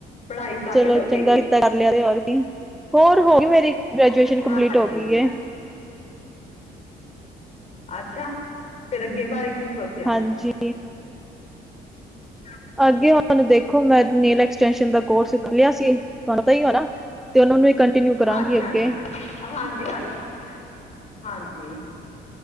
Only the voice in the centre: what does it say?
ਚਲੋ
ਚੰਗਾ ਕੀਤਾ ਕਰ ਲਿਆ ਤੇ ਹੋਰ ਕੀ ਹੋਰ ਹੋਗੀ ਮੇਰੀ ਗ੍ਰੈਜੂਏਸ਼ਨ ਕੰਪਲੀਟ
ਹੋ ਗਈ ਏ।
ਹਾਂਜੀ।
ਅੱਗੇ ਉਹ ਦੇਖੋ ਮੈਂ ਨੀਲੈਕ <unintelligible> ਫੈਸ਼ਨ ਦਾ ਕੋਰਸ ਕਰ ਲਿਆ ਸੀ ਤੁਹਾਨੂੰ ਤਾਂ ਹੀ ਨਾ ਤੇ ਉਹਨਾਂ ਨੂੰ ਕੰਟੀਨਿਊ ਕਰਾਂਗੀ
ਅੱਗੇ।